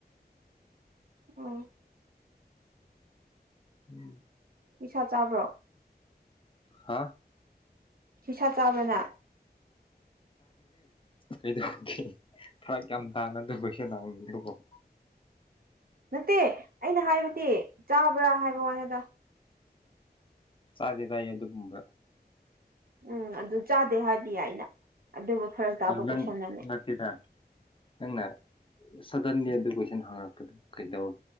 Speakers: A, on the right (about 60°); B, on the left (about 30°).
A: ꯑꯣ
B: <unintelligible>
A: ꯍꯨꯏꯁꯥ ꯆꯥꯕ꯭ꯔꯣ
B: ꯍꯥꯥ
A: ꯍꯨꯏꯁꯥ ꯆꯥꯕ꯭ꯔꯥ ꯅꯪ
B: ꯗꯩꯗ ꯒꯦꯡ ꯐꯔꯛ ꯌꯥꯝ ꯇꯥꯅꯗꯕꯒꯤꯃꯑꯣꯡꯗꯀꯣ <unintelligible>
A: ꯅꯠꯇꯦ ꯑꯩꯅ ꯍꯥꯏꯕꯗꯤ ꯆꯥꯕ꯭ꯔꯥ ꯍꯥꯏꯕ ꯋꯥꯅꯤꯗ
B: ꯆꯗꯦ ꯇꯥꯏ ꯌꯦ ꯑꯗꯨꯨꯝꯕ
A: ꯎꯝ ꯑꯗꯨ ꯆꯥꯗꯦ ꯍꯥꯏꯗꯤ ꯌꯥꯏꯅ ꯑꯗꯨꯕꯨ ꯐꯔꯛ ꯇꯥꯕ
B: ꯑꯗꯨꯅꯪ
A: ꯀꯣꯏꯁꯟꯅꯅꯦ
B: ꯅꯠꯇꯤꯗ <unintelligible> ꯅꯪꯅ ꯁꯗꯟꯂꯤ ꯑꯗꯨ ꯀꯣꯏꯁꯟ ꯍꯥꯡꯉꯛꯄꯗꯨ ꯀꯩꯗꯧ